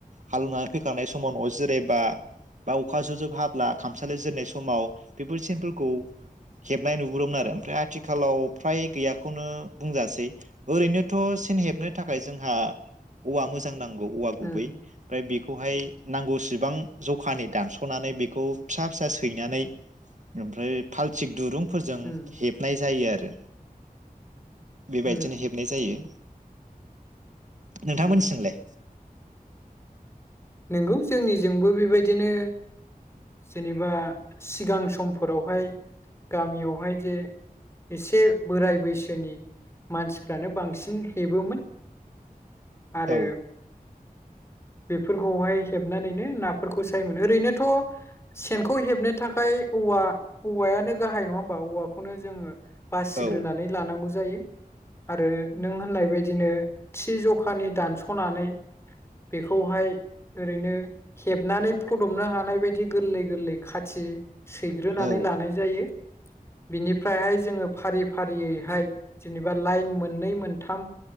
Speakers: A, on the right; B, on the left.
A: हालौएवनानै फैखांनाय समाव न'आव जिरायबा बा अखा जुब जुब हाब्ला खामसालियाव जिरयनाय समाव बेफोर सेनफोरखौ हेबनाय नुबोदोंमोन आरो ओमफ्राय आ थिखालाव फ्राय गैयाखौनो बुंजासै ओरैनोथ सेन हेबनो थाखाय जोंहा औवा मोजां नां गौ औवा गुबै
B: उम
A: ओमफ्राय बेखौहाय नांगौसेबां जखानि दानस'नानै बेखौ फिसा फिसा सैनानै ओमफ्राय फाल्थिक दुरुं फोरजों
B: उम
A: हेब नाय जायो आरो बेबायदिनो
B: उम
A: हेबनाय जायो नोंथांमोननिथिंलाय
B: उम नंगौ जोंनिजोंबो बेबायदिनो जेनेबा सिगां समफोरावहाय गामियावहाय जे एसे बोराय बैसोनि मानसिफ्रानो बांसिन हेबोमोन आरो
A: औ
B: फोरखौहाय हेबनानैनो नाफोरखौ सायोमोनो ओरैनोथ सेनखौ हेबनो थाखाय औवा औवायानो गाहाय नङा होमबा औवाखौनो जोङो बासिग्रोनानै
A: औ
B: लानांगौ ज जायो आरो नों होननाय बदिनो थि जखानि दानसनानै बेखौहाय ओरैनो हेबनानै फदमनो हानाय बायदि गोरलै गोरलै खाथि सैग्रोनानै
A: औ
B: लानाय जायो बिनिफ्रायहाय जोङो फारि फारियैहाय जेनेबा लाइन मोननै मोनथाम